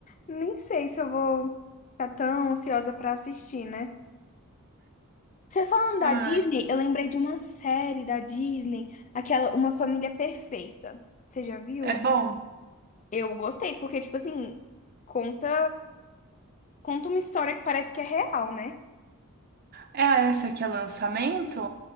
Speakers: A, on the left; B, on the right.
A: Nem sei se eu vou ficar tão ansiosa pra assistir, né? Você falando da
B: Ai,
A: Disney, eu lembrei de uma série da Disney, aquela Uma Família Perfeita. Você já viu?
B: é bom.
A: Eu gostei, porque, tipo assim, conta, conta uma história que parece que é real, né?
B: É essa que é lançamento?